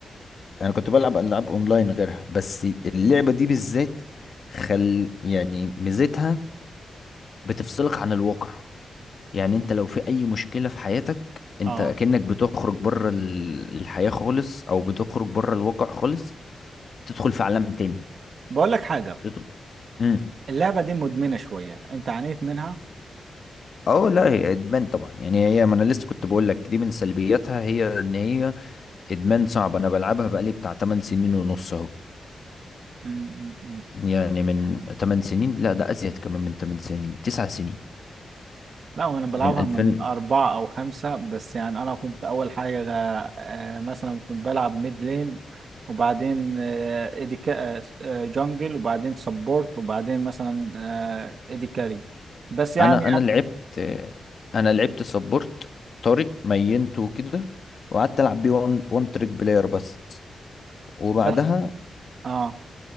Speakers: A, on the left; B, on the right.
A: انا كنت بلعب العاب اونلاين غيرها بس اللعبه دي بالذات خل يعني ميزتها بتفصلك عن الواقع يعني انت لو في اي مشكله في حياتك انت
B: اه
A: كأنك بتخرج بره ال- الحياه خالص او بتخرج بره الواقع خالص بتدخل في عالم تاني
B: بقول لك حاجه
A: بتدخل امم
B: اللعبه دي مدمنه شويه انت عانيت منها
A: اه لا هي ادمان طبعا يعني هي ما انا لسه كنت بقول لك دي من سلبياتها هي ان هي ادمان صعب انا بلعبها بقالي بتاع 8 سنين ونص اهو
B: م- م- م.
A: يعني من 8 سنين لا ده ازيد كمان من 8 سنين 9 سنين
B: لا وانا بلعبها
A: من 2000
B: من اربعه او خمسه بس يعني انا كنت اول حاجه آه مثلا كنت بلعب ميد لين وبعدين آه ايدي كا- آه جونجل وبعدين سبورت وبعدين مثلا آه ايدي كاري بس يعني
A: انا انا
B: أنا
A: لعبت انا لعبت سبورت طارق مينته وكده وقعدت العب بيه وان وان تريك بلاير بس وبعدها
B: بس اه